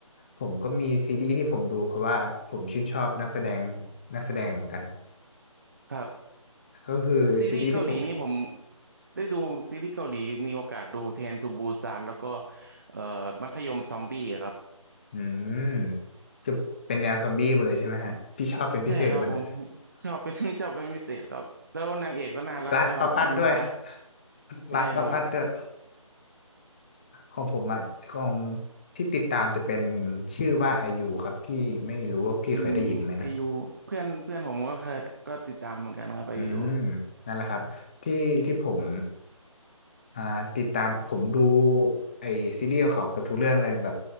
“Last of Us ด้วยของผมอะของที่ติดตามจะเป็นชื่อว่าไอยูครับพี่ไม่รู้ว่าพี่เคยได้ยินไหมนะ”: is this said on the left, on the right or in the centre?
Left